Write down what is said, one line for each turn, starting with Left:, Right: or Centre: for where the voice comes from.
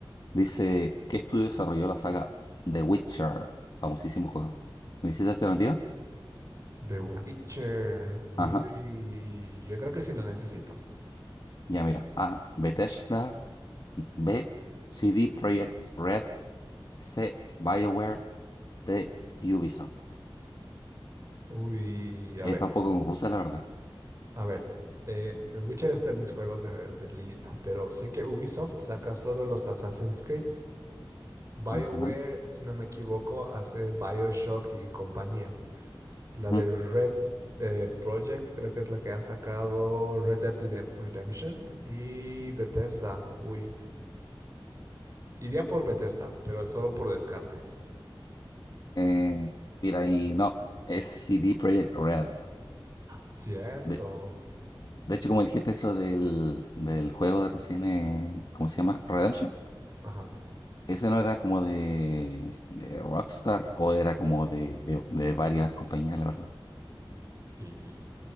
Left: Dice, ¿qué estudio desarrolló la saga The Witcher? Famosísimo juego. ¿Necesitas alternativa?
Right: The Witcher. Uy,
Left: Ajá,
Right: yo creo que sí lo necesito.
Left: ya mira. A, Bethesda. B, CD Projekt Red. C, BioWare. D, Ubisoft.
Right: Uy, a
Left: Está
Right: ver,
Left: un poco confusa, la verdad.
Right: a ver. eh, The Witcher está en mis juegos de, de lista, pero sé que Ubisoft saca solo los Assassin's Creed. BioWare,
Left: Ajá.
Right: si no me equivoco, hace BioShock y compañía. La
Left: ujú.
Right: de Red eh, Project, creo que es la que ha sacado Red Dead Redem- Redemption y Bethesda. Uy, iría por Bethesda, pero solo por descarte.
Left: Eh, mira, y no, es CD Projekt Red.
Right: Cierto.
Left: De, de hecho, como dijiste eso del, del juego de recién, eh, ¿cómo se llama? Redemption.
Right: Ajá,
Left: Ese no era como de, de Rockstar o era como de, de, de varias compañías, la verdad.
Right: sí, sí.